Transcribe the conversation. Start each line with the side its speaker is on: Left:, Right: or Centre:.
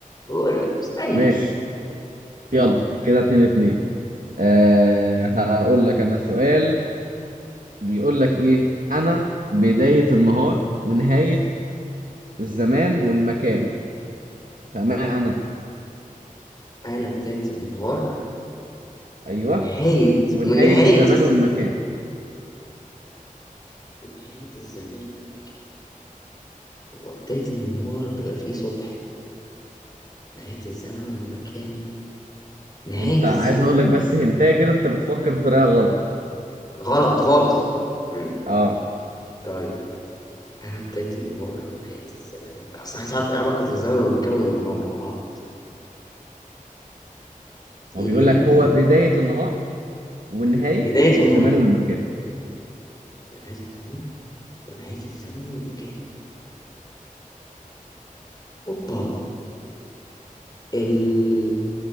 Left: بقول لك مستحيل
Right: ماشي يلا
Left: مم.
Right: كده اتنين اتنين أه هقول لك انا سؤال بيقول لك ايه انا بداية النهار ونهاية الزمان والمكان فما انا
Left: انا بدايه النهار
Right: ايوه
Left: ونهاية
Right: ونهاية
Left: ونهاية
Right: الزمان
Left: الز...
Right: والمكان
Left: ونهاية الزمان والمكان هو بداية النهار بيبقى فيه صبح نهاية الزمن والمكان نهاية
Right: انت عايز
Left: الزمان
Right: اقول لك
Left: وال...
Right: بس هنتايه كده انت بتفكر بطريقه غلط
Left: غلط خالص مم.
Right: اه
Left: طيب أنا بداية النهار ونهاية الزمان والمكان أصل عايز أعرف إيه علاقة الزمن والمكان والنهار ببعض إيه
Right: هو بيقول
Left: اللي بيبقى
Right: لك هو
Left: موجود
Right: بدايه النهار ونهايه
Left: بداية
Right: الزمان
Left: النهار
Right: والمكان
Left: بداية النهار ونهاية الزمن والمكان أوبا ال...